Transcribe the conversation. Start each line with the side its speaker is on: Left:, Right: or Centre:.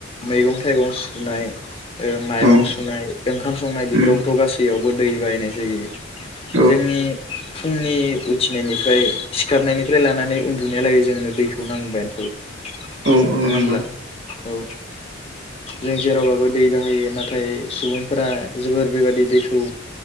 Left: मैगं थाइगं सुनाय ओ माइरं
Right: औ
Left: सुनाय ओंखाम संनाय बेफोरावथ'
Right: उम
Left: गासैयावबो दै बायनाय जायो।
Right: औ
Left: जोंनि फुंनि उथिनायनिफ्राय सिखारनायनिफ्राय लानानै उन्दुनायलागै जोंनो दैखौ नांबायानो थागोव
Right: औ औ
Left: नङा
Right: नंगौ
Left: होनब्ला? औ। जों जेरावबाबो दै बाहायो नाथाय सुबुंफोरा जोबोर बेबादि दैखौ